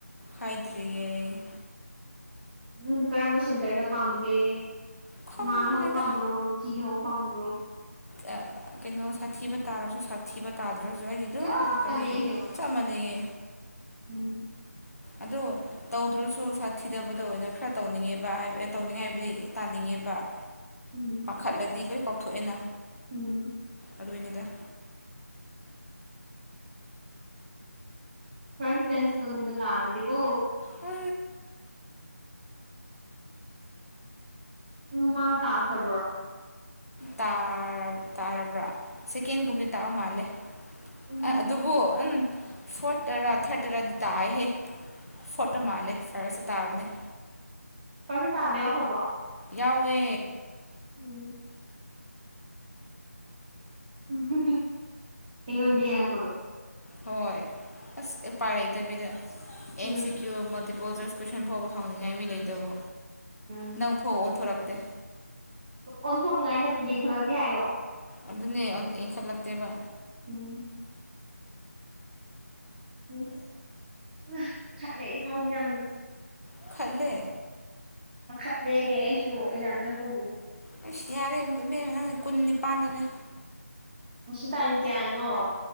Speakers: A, on the left; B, in the centre.
A: ꯍꯥꯏꯗ꯭ꯔꯤꯕꯣ
B: ꯅꯪꯗꯤ ꯀꯔꯝꯕ ꯁꯦꯟꯇꯔꯗ ꯄꯥꯝꯒꯦ
A: ꯈꯪꯗꯦꯗ
B: ꯃꯥꯅ ꯍꯧꯕ ꯄꯥꯝꯕ꯭ꯔꯣ ꯖꯤ ꯍꯧꯕ ꯄꯥꯝꯕ꯭ꯔꯣ
A: ꯑꯥ ꯀꯩꯅꯣ ꯁꯥꯊꯤꯕ ꯇꯥꯔꯁꯨ ꯁꯥꯊꯤꯕ ꯇꯥꯗ꯭ꯔꯁꯨ ꯑꯩꯗꯤ ꯑꯗꯨꯝ
B: ꯆꯞ
A: ꯀꯔꯤ
B: ꯃꯥꯟꯅꯩ ꯍꯥꯏꯌꯣ
A: ꯆꯞ ꯃꯥꯟꯅꯩꯌꯦ
B: ꯎꯝ
A: ꯑꯗꯨ ꯇꯧꯗ꯭ꯔꯁꯨ ꯁꯥꯊꯤꯗꯕꯗ ꯑꯣꯏꯅ ꯈꯔ ꯇꯧꯅꯤꯡꯉꯦꯕ ꯍꯥꯏ ꯇꯧꯅꯤꯡꯉꯦ ꯍꯥꯏꯕꯗꯤ ꯇꯥꯅꯤꯡꯉꯦꯕ <inaudible>
B: ꯎꯝ
A: ꯈꯠꯂꯗꯤ ꯂꯣꯏ ꯀꯥꯎꯊꯣꯛꯑꯦꯅ
B: ꯎꯝ
A: ꯑꯗꯨꯢꯅꯤꯗ
B: ꯐꯔꯁꯠ ꯕꯦꯟꯁꯒꯨꯝꯕ ꯇꯥꯔꯗꯤꯀꯣ
A: ꯎꯝ
B: ꯅꯣꯏ ꯃꯥꯒ ꯇꯥꯈ꯭ꯔꯕꯣ
A: ꯇꯥ ꯇꯥꯔꯕ꯭ꯔꯥ ꯁꯦꯀꯦꯟꯒꯨꯝꯕ ꯇꯥꯕ ꯃꯥꯜꯂꯦ
B: ꯎꯝ
A: ꯑꯥ ꯑꯗꯨꯕꯨ ꯎꯝ ꯐꯣꯔ ꯇꯔ ꯊꯥꯔꯠꯗꯗꯤ ꯇꯥꯢꯍꯦ ꯐꯣꯠꯇ ꯃꯥꯜꯂꯦ ꯐꯔꯁꯇ ꯇꯥꯕꯅꯦ
B: ꯐꯔꯁꯇꯥ ꯇꯥꯕ ꯌꯥꯎꯈ꯭ꯔꯕꯣ
A: ꯌꯥꯎꯋꯦ
B: ꯎꯝ ꯎꯝ ꯑꯩꯉꯣꯟꯗꯥ ꯌꯦꯡꯉꯛꯄꯥꯗꯣ
A: ꯍꯣꯏ ꯑꯁ ꯎꯄꯥꯏ ꯂꯩꯇꯕꯤꯗ ꯑꯦꯝ
B: ꯎꯝ
A: ꯁꯤ ꯀ꯭ꯌꯨ ꯃꯥꯜꯇꯤꯄꯜ ꯄꯣꯖꯁ ꯀꯣꯏꯁꯟ ꯐꯥꯎꯕ ꯍꯪꯅꯤꯡꯉꯥꯏ ꯃꯤ ꯂꯩꯇꯕ
B: ꯎꯝ
A: ꯅꯪ ꯐꯥꯎ ꯑꯣꯟꯊꯣꯔꯛꯇꯦ
B: ꯑꯣꯟꯊꯣꯛꯅꯤꯡꯉꯥꯏ ꯅꯠꯇꯦ ꯌꯦꯡꯈꯠꯂꯛꯇꯦ ꯍꯥꯏꯌꯣ
A: ꯑꯗꯨꯅꯦ ꯌꯦꯡꯈꯠꯂꯛꯇꯦꯕ
B: ꯎꯝ ꯎꯝ ꯄꯈꯠꯂꯦ ꯏꯁꯥꯁꯦ ꯌꯥꯝꯅ
A: ꯄꯥꯈꯠꯂꯦ
B: ꯄꯥꯈꯠꯂꯦ ꯑꯩꯁꯨ ꯑꯦꯛꯖꯥꯝ ꯅꯛꯄꯕꯨ
A: ꯑꯩꯁ ꯌꯥꯔꯦ ꯏꯕꯦꯝꯃꯥ ꯅꯪ ꯀꯨꯟ ꯅꯤꯄꯥꯟꯗꯅꯦ
B: ꯉꯁꯤ ꯇꯥꯔꯤꯛ ꯀꯌꯥꯅꯣ